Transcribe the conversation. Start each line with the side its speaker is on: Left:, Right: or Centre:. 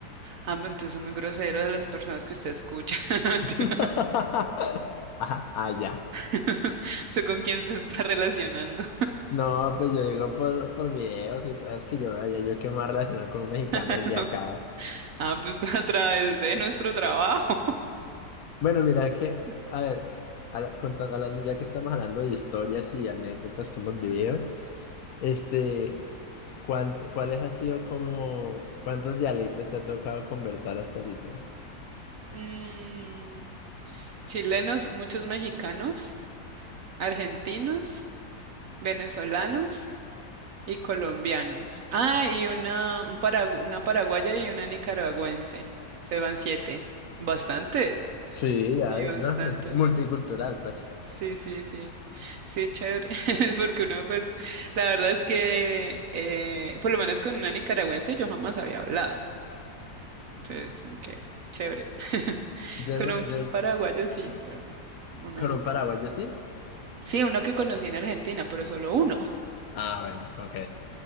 Right: Ah, pues entonces son muy groseros de las personas que usted escucha. <laughs> Mentira.
Left: <laughs> Ah, Allá.
Right: <laughs> ¿Usted con quién se está relacionando?
Left: No, pues yo digo por, por videos y cosas que yo no veía, yo que me voy a relacionar con un mexicano
Right: <laughs>
Left: desde
Right: No.
Left: acá.
Right: Ah, pues a través de nuestro trabajo.
Left: Bueno, mira que,
Right: <laughs>
Left: a ver, habla- conta- hablando, ya que estamos hablando de historias y anécdotas que hemos vivido, este, ¿cuánt- ¿cuáles ha sido como, cuántos dialectos te ha tocado conversar hasta ahorita?
Right: Mm, chilenos, muchos mexicanos, argentinos, venezolanos y colombianos. Ah, y una, un paragu- una paraguaya y una nicaragüense. Se van siete. Bastantes.
Left: Sí, ya,
Right: Sí, bastantes.
Left: no, <laughs> multicultural, pues.
Right: Sí, sí, sí. Sí, chévere. <laughs> Es porque uno, pues, la verdad es que, eh, por lo menos con una nicaragüense yo jamás había hablado. Entonces, que chévere. <laughs>
Left: Yo,
Right: Con
Left: no-
Right: un
Left: yo
Right: paraguayo sí, pero uno
Left: con
Right: no.
Left: un paraguayo sí.
Right: Sí, uno que conocí en Argentina, pero solo uno.
Left: Ah, bueno, ok.